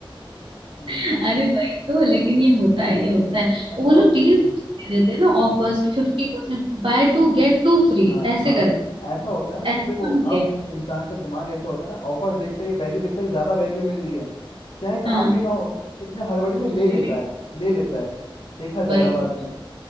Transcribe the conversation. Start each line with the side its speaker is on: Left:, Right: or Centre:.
Left: हम्म
Right: <laughs> अरे भाई तो लेकिन ये होता है ये होता है
Left: ऐसा
Right: और वो लोग
Left: होता
Right: डील्स दे देते
Left: हाँ
Right: हैं ना ऑफर्स की fifty percent buy two get two free
Left: हाँ
Right: ऐसे
Left: हाँ
Right: करके
Left: ऐसा होता है
Right: तो
Left: ना कि
Right: ऐसे
Left: देखो
Right: कौन
Left: आप
Right: लेगा
Left: इंसान का दिमाग ऐसा होता है ना ऑफर्स देखता है या वैल्यू देखता है ज्यादा वैल्यू मिल रही है चाहे काम
Right: हाँ
Left: भी ना हो इतने हड़बड़ी में ले लेता
Right: वही
Left: है ले लेता है देखा जाएगा
Right: वही
Left: बाद में